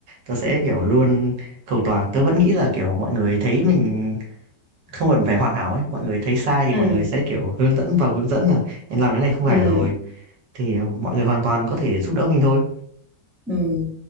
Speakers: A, on the right; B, in the centre.
A: tớ sẽ, kiểu, luôn cầu toàn. Tớ vẫn nghĩ là, kiểu, mọi người thấy mình không cần phải hoàn hảo ấy, mọi người thấy sai thì
B: ừ,
A: mọi người sẽ, kiểu, hướng dẫn và hướng dẫn là "Em làm cái này không
B: ừ.
A: phải
B: ừ.
A: rồi", thì ờ, mọi người hoàn toàn có thể giúp đỡ mình thôi.
B: Ừ.